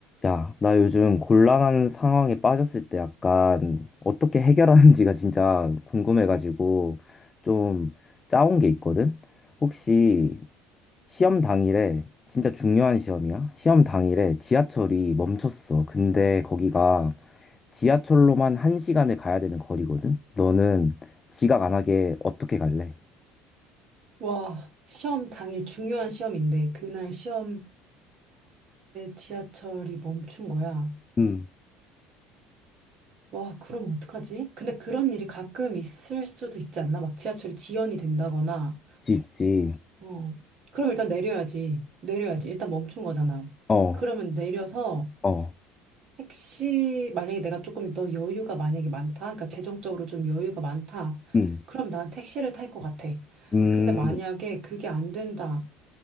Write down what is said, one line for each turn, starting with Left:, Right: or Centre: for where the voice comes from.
Left: 야, 나 요즘 곤란한 상황에 빠졌을 때 약간 어떻게 해결하는지가 진짜 궁금해가지고 좀 짜온 게 있거든? 혹시 시험 당일에, 진짜 중요한 시험이야? 시험 당일에 지하철이 멈췄어. 근데 거기가 지하철로만 한 시간을 가야 되는 거리거든? 너는 지각 안 하게 어떻게 갈래?
Right: 와, 시험 당일 중요한 시험인데, 그날 시험인데 지하철이 멈춘 거야.
Left: 음,
Right: 와, 그럼 어떡하지? 근데 그런 일이 가끔 있을 수도 있지 않나? 막 지하철이 지연이 된다거나,
Left: 있지, 있지.
Right: 어. 그럼 일단 내려야지. 내려야지. 일단 멈춘 거잖아.
Left: 어,
Right: 그러면 내려서
Left: 어,
Right: 택시, 만약에 내가 조금 더 여유가 만약에 많다? 그러니까 재정적으로 좀 여유가 많다?
Left: 음,
Right: 그럼 난 택시를 탈 것 같아.
Left: 음,
Right: 근데 만약에 그게 안 된다.